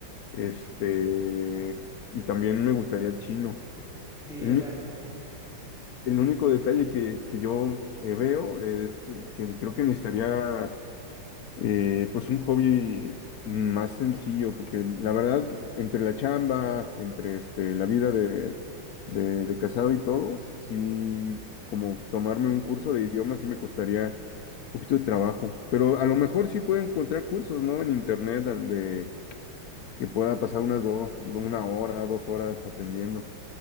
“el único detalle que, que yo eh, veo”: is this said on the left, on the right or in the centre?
Left